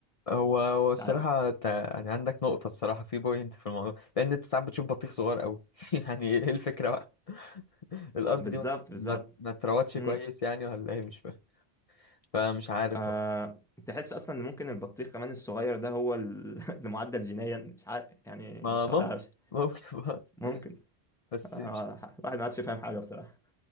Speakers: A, on the left; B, in the centre.
A: هو هو
B: مش
A: الصراحة
B: عارف
A: انت يعني عندك نقطة الصراحة في بوينت في الموضوع لأن أنت ساعات بتشوف بطيخ صغير أوي <laughs> يعني إيه الفكرة بقى؟ الأرض
B: بالظبط
A: دي ما
B: بالظبط
A: ما ما اتروتش
B: مم.
A: كويس يعني ولا إيه مش فاهم فمش عارف
B: أه
A: بقى.
B: تحس اصلا ان ممكن البطيخ كمان الصغير ده هو ال- <laughs> اللي معدل جينيا مش عارف يعني
A: ما
B: انت
A: ممكن
B: ما تعرفش
A: ممكن <laughs> بقى.
B: ممكن
A: بس
B: أه
A: مش
B: الواحد ما عادش فاهم حاجه بصراحه